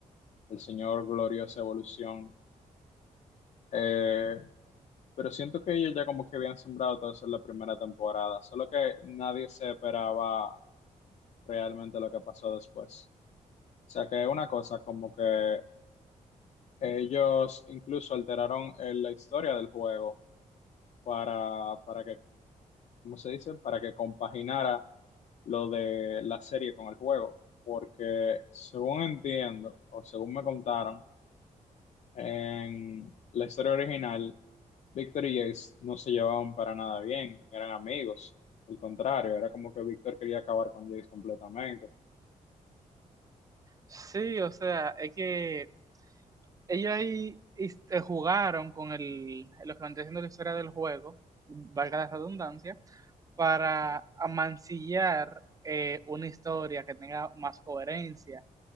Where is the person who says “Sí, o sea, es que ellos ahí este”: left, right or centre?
Right